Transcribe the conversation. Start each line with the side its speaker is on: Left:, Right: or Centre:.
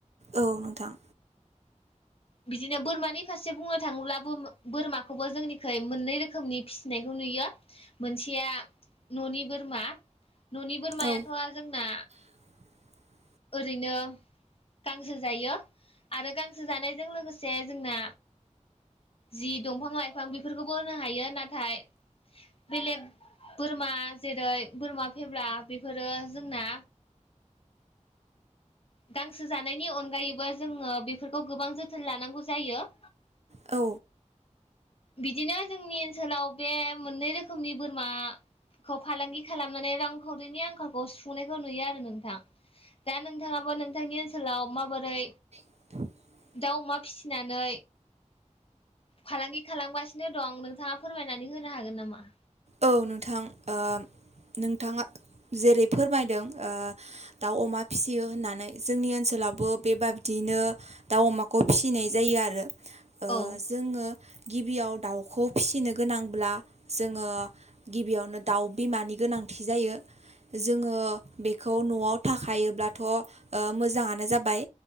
Right: औ नोंथां
Left: बिदिनो बोरमानि फारसे बुंनो थाङोब्लाबो बोरमाखौबो जोंनिख मोननै रोखोमनि फिसिनायखौ नु यो मोनसेया न'नि बोरमा न'नि बोरमायाथ'
Right: औ
Left: जोंना
Right: <unintelligible>
Left: ओरैनो गांसो जायो। आरो गांसो जानायजों लोगोसे जोंना। जि दंफां लाइफां बेफोरखौबो होनो हायो नाथाय बेलेग बोर जेरै बोरमा फेब्ला बेफोरो जोंना गांसो जानायनि अनगायैबो जोङो बेफोरखौ गोबां जोथोन लानांगौ जायो।
Right: औ
Left: बिदिनो जोंनि ओनसोलाव बे मोननै रोखोमनि बोरमा खौ फालांगि खालामनानै रांखावरिनि आंखालखौ सुफुंनायखौ नुयो आरो नोंथां। दा नोंथाङाबो नोंथांनि ओनसोलाव माबोरै?
Right: <unintelligible>
Left: दाउ अमा फिसिनानै फालांगि खालामगासिनो दं नोंथाङा फोरमायनानै होनो हागोन नामा?
Right: औ नोंथां ओ- नोंथाङा जेरै फोरमायदों ओ- दाउ अमा फिसियो होननानै जोंनि ओनसोल लावबो बेबायदियैनो दाउ अमाखौ फिसिनाय जायो आरो। ओ-जोङो
Left: औ
Right: गिबियाव दाउखौ फिसिनो गोनांब्ला जोङो। गिबियावनो दाउ बिमानि गोनांथि जायो। जोङो बेखौ न'आव थाखायोब्लाथ' ओ-मोजाङानो जाबाय।